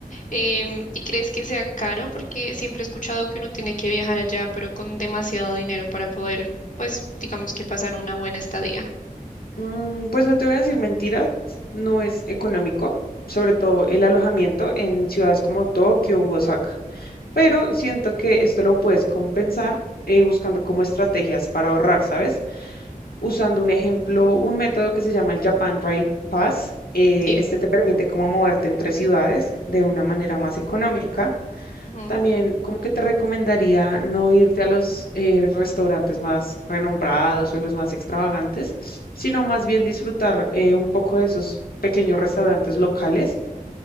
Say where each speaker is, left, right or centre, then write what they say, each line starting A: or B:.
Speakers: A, on the left (about 55°); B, on the left (about 80°).
A: Em, ¿y crees que sea caro? Porque siempre he escuchado que uno tiene que viajar allá, pero con demasiado dinero para poder, pues, digamos que pasar una buena estadía.
B: Mm, pues no te voy a decir mentiras, no es económico, sobre todo el alojamiento en ciudades como Tokio u Osaka, pero siento que esto lo puedes compensar eh, buscando como estrategias para ahorrar, ¿sabes? usando un ejemplo, un método que se llama el Japan Rail Pass. Eh,
A: Sí.
B: este te permite como moverte entre ciudades de una manera más económica.
A: Ujú.
B: También como que te recomendaría no irte a los eh, restaurantes más renombrados o los más extravagantes, sino más bien disfrutar eh, un poco de esos pequeños restaurantes locales